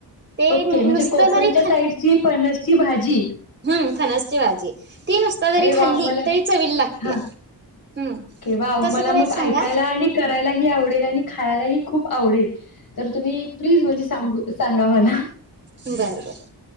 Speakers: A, on the right; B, on the left.
A: ते
B: ओके म्हणजे
A: नुसतं
B: कोकणच्या
A: जरी
B: साईटची फणसची भाजी
A: हम् फणस ची भाजी ती नुसता जरी
B: अ
A: खाल्ली
B: वाह मला
A: तरी चवीला लागत्या
B: हा
A: हम्म
B: ओके वाव
A: कसं
B: मला
A: करायचं
B: मग
A: सांगा
B: ऐकायला आणि करायलाही आवडेल आणि खायला ही खूप आवडेल. तर तुम्ही प्लीज म्हणजे सांगु सांगा म्हला.
A: बरं बरं,